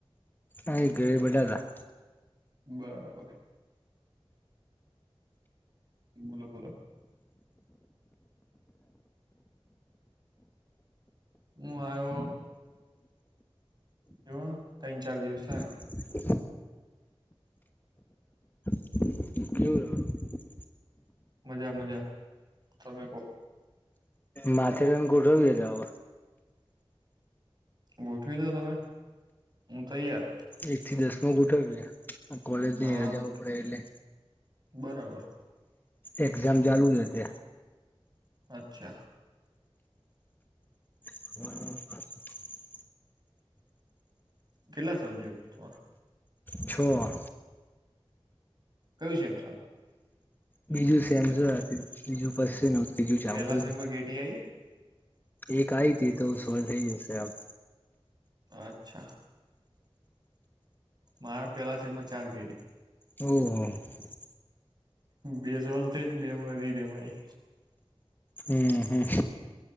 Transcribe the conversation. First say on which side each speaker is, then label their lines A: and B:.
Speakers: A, on the left; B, on the right.
A: આઈ ઘેર બેઠા તા
B: બરાબર. બોલો બોલો. હું આયો. તો ત્રન ચાર દિવસ થાય.
A: <unintelligible> ખર <unintelligible>
B: મજા મજા તમે કોહ.
A: માથે રને ગોઠવી હવે.
B: ગોઠવી દો તમે. હું તૈયાર
A: એક થી દસમ ગોઠવ્ય એ. કોલેજ ની
B: હા
A: રજા
B: ગોઠવી
A: પડે એટલે.
B: દે બરાબર
A: એક્ઝામ ચાલુ છે તે
B: અચ્છા.
A: <unintelligible>
B: કેટલા સબ્જેક્ટ તો
A: છો.
B: કયું છે એમ ચાલો
A: બીજું સેમસ છે બીજું પશે ન ત્રીજું ચાવતું.
B: પેલા સેમમાં કેટી આઈ
A: એક આઈ તી તો સરળ થઇ જશે આમ.
B: અચ્છા. મારા પેલા છેમાં ચાર કેેટી
A: ઓ હ
B: બે સોલ થઈ ને બે મ વધી રે ભાઈ
A: હમ